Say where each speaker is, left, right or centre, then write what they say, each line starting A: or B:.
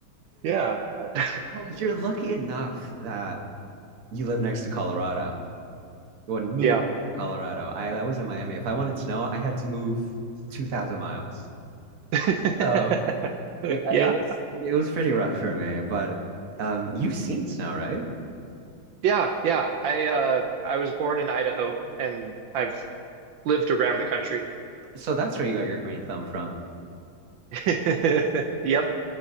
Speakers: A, on the right; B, on the right.
A: Yeah. <laughs>
B: Well, you're lucky enough that you live next to Colorado. Well, near
A: Yeah.
B: to Colorado. I, I was in Miami. If I wanted snow, I had to move 2,000 miles.
A: <laughs>
B: So it,
A: Yeah.
B: it was it was pretty rough for me, but um, you've seen snow, right?
A: Yeah. Yeah. I, uh, I was born in Idaho and I've lived around the country.
B: So that's where you got your green thumb from.
A: <laughs> Yep.